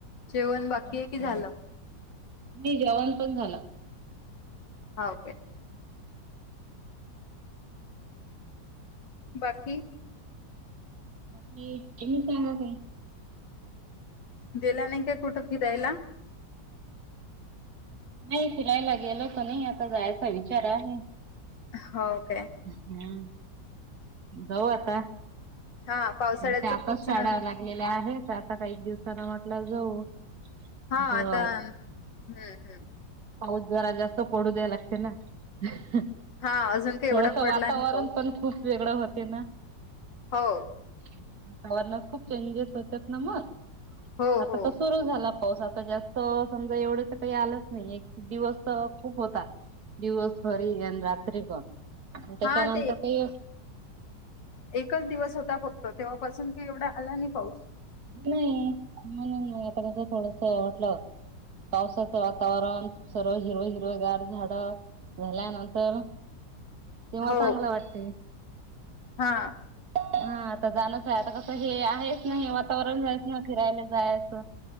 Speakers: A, on the left (about 75°); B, on the right (about 60°).
A: जेवण बाकी आहे
B: केला
A: की झालं?
B: होता. नाही, जेवण पण झालं.
A: ओके, बाकी?
B: बाकीकी तुम्ही सांगा काय?
A: गेला नाही काय कुठं फिरायला?
B: नाही, फिरायला गेलत र् नाही आता जायचा विचार आहे.
A: हो काय
B: हम्म, जाऊ आता.
A: हा पावसाळ्याच
B: म्हे आताच
A: खूप
B: शाडा
A: जण
B: लागलेल्या आहे,, तर आता काही दिवसाना म्हटल्या जाऊ.
A: हा,
B: असं
A: आता, हम्म, हम्म
B: पाऊस जरा जास्त पडू द्याय लागते नाऽ थोडस
A: हा अजून काही एवढा पडला
B: वातावरण
A: नाही पाऊस
B: पण खूप वेगळं होते नाऽ
A: हो,
B: वातावरणात खूप चेंजेस होतात ना मग,,
A: हो
B: आता
A: हो
B: त सुरू झालाऽ पाऊस, आता जास्त समजा एवढेच काही आलंच नाही, एक दिवस तर खूप होतातऽ दिवसभरीन, रात्रीभर आणि त्याच्यानंतर
A: हा ते
B: काहीऽ
A: एकच, ऽ फक्त, तेव्हापासून की एवढा आला नाही पाऊस.
B: नाही, म्हणून आता कस थोडस वाटलं. पावसाचं वातावरण, सर्व हिरव हिरवगार झाल त झाल्या नंतर. तेव्हा
A: हो
B: चांगलं वाटते
A: हा
B: हा. जाणच आहे, आता कसं हे आहेच नाही वातावरण जायच ना, फिरायला जायचं.